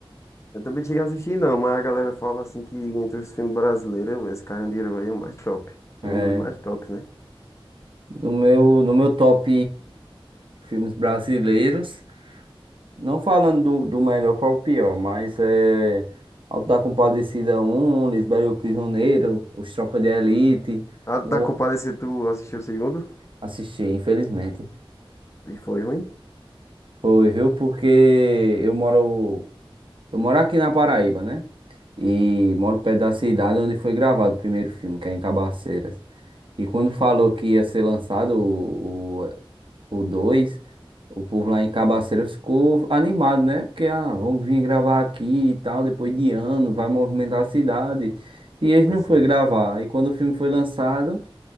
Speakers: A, on the left; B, on the right.
A: Eu também cheguei a assistir não, mas a galera fala assim que entre os filmes brasileiros, esse Carandiru aí é o mais top.
B: É,
A: Um dos mais tops, né?
B: no meu, no meu top filmes brasileiros. Não falando do, do melhor para o pior, mas é. Auto da Compadecida Um Lisbela e o Prisioneiro, Os Tropas de Elite.
A: A da
B: O...
A: Compadecida, tu assistiu o segundo?
B: Assisti, infelizmente.
A: E foi ruim?
B: Foi, viu? Porque eu moro. Eu moro aqui na Paraíba, né? E moro perto da cidade onde foi gravado o primeiro filme, que é em Cabaceiras. E quando falou que ia ser lançado o, o dois o povo lá em Cabaceira ficou animado, né? Porque, ah, vamos vir gravar aqui e tal, depois de ano, vai movimentar a cidade. E eles
A: Mas
B: não foi
A: sim.
B: gravar. E quando o filme foi lançado,